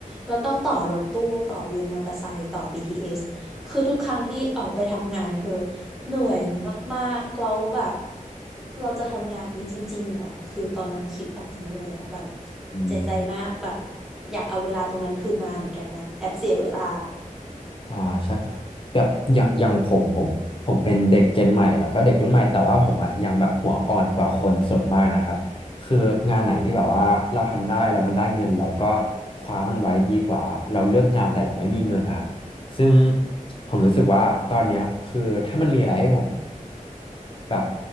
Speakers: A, in the centre; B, on the left.
A: เราต้องต่อรถตู้ต่อวินมอเตอร์ไซค์ต่อ BTS คือทุกครั้งที่ออกไปทำงานคือเหนื่อยมากๆแล้วแบบเราจะทำงานนี้จริงๆเหรอคือตอนนั้นคิดแบบนี้เลยอะแบบ
B: อืม
A: เสียใจมากแบบอยากเอาเวลาตรงนั้นคืนมาเหมือนกันนะแอบเสียเวลา
B: อ่าใช่แบบอย่างอย่างผมผมผมเป็นเด็กเจนใหม่แล้วก็เด็กรุ่นใหม่แต่ว่าผมอะยังแบบหัวอ่อนกว่าคนส่วนมากนะครับคืองานไหนที่แบบว่าเราทำได้แล้วมันได้เงินเราก็คว้ามันไว้ดีกว่าเราเลือกงานแต่เราไม่มีเงินนะครับซึ่งผมรู้สึกว่าตอนเนี้ยคือถ้ามันมีอะไรให้ผมแบบ